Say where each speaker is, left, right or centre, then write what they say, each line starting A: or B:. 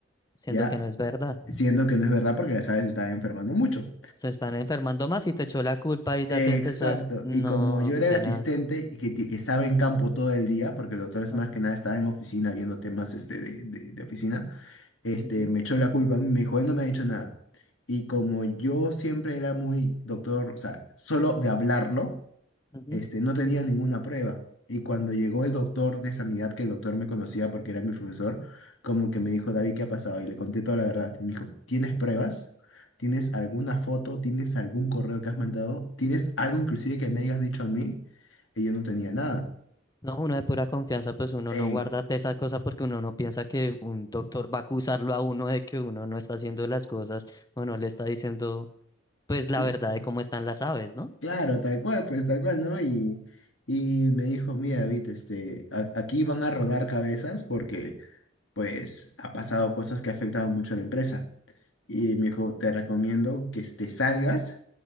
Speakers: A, on the left; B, on the left.
A: Siendo
B: ¿ya?
A: que no es verdad.
B: Siendo que no es verdad porque las aves se estaban enfermando mucho.
A: Se están enfermando más y te echó la culpa y ya
B: Eh,
A: te empezó
B: Exacto,
A: a decir, no,
B: y como yo era
A: tenaz.
B: el asistente y que, ti- que estaba en campo todo el día, porque el doctor es
A: Ajá,
B: más que nada estaba en oficina viendo temas este, de, de- de oficina, este,
A: ujú,
B: me echó la culpa, a mí, me dijo, él no me ha dicho nada. Y como yo siempre era muy doctor, o sea, solo de hablarlo,
A: ujú".
B: este, no tenía ninguna prueba. Y cuando llegó el doctor de sanidad, que el doctor me conocía porque era mi profesor, como que me dijo, David, ¿qué ha pasado? Y le conté toda la verdad. Me dijo, ¿tienes pruebas? ¿Tienes alguna foto? ¿Tienes algún correo que has mandado? ¿Tienes algo inclusive que me hayas dicho a mí? Y yo no tenía nada.
A: No, uno de pura confianza, pues uno
B: En-
A: no guarda de esa cosa porque uno no piensa que un doctor va a acusarlo a uno de que uno no está haciendo las cosas o no le está diciendo, pues, la
B: cl-
A: verdad de cómo están las aves, ¿no?
B: claro, tal cual, pues tal cual, ¿no? Y, y me dijo, mira, David, este, a- aquí van a rodar cabezas porque, pues, ha pasado cosas que afectaban mucho a la empresa. Y me dijo, te recomiendo que te salgas